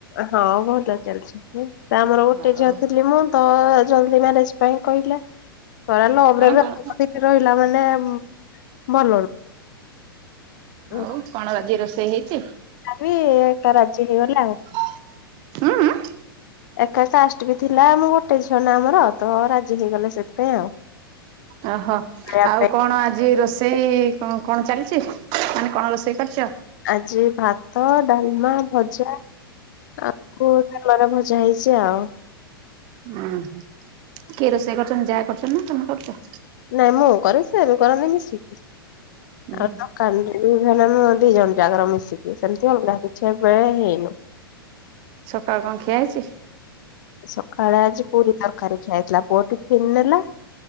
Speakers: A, on the left; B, on the right.
A: ହଁ ଭଲ ଚାଲିଛି। ଆମର ଗୋଟେ
B: ହଉ
A: ଝିଅ ଥିଲି ମୁଁ ତ- ଜଲଦି ମ୍ୟାରେଜ ପାଇଁ କହିଲେ। ଧରା ଲଭରେ
B: କଣ
A: ଏତେ
B: କଣ
A: ଦିନ ରହିଲା ମାନେ- ମେମ ଭଲ। ନୁହଁ।
B: ହଉ କଣ ଆଜି ରୋଷେଇ ହେଇଛି?
A: ବି ଏକା ରାଜି ହେଇଗଲେ ଆଉ
B: ଉଁ ଉଁ?
A: ଏକା କାଷ୍ଟ ବି ଥିଲା ଆମ ଗୋଟେ ଝିଅ ନା ଆମର ତ ରାଜି ହେଇଗଲେ ସେଥିପାଇଁ ଆଉ।
B: ଅହୋ
A: ଖାଇବା
B: ଆଉ
A: ପାଇଁ
B: କଣ ଆଜି ରୋଷେଇ? ରୋଷେଇ କଣ କଣ ଚାଲିଚି ମାନେ କଣ ରୋଷେଇ କରିଚ?
A: ଆଜି ଭାତ ଡାଲମା ଭଜା ଆଳୁ କଲରା ଭଜା ହେଇ ଚି ଆଉ।
B: ଉଁ ହୁଁ କିଏ ରୋଷେଇ କରୁଚନ୍ତି ଯା କରୁଚନ୍ତି ନା ତମେ କରୁଚ?
A: ନାଇଁ ମୁଁ କରେ ସେ ବି କରନ୍ତି ମିଶିକି
B: ହୁଁ
A: ଆଉ ଦୋକାନରେ ତି ହେଲେ ଆମେ ଦି ଜଣ ଜାକର ମିଶିକି ସେମିତି ଅଗଲା କିଛି ଏବେ ହେଇନୁ।
B: ସକାଳ କଣ ଖିଆ ହେଇଚି?
A: ସକାଳେ ଆଜି ପୁରୀ ତରକାରୀ ଖିଆହେଇଥିଲା ପୁଅ ଟିଫିନ୍ ନେଲା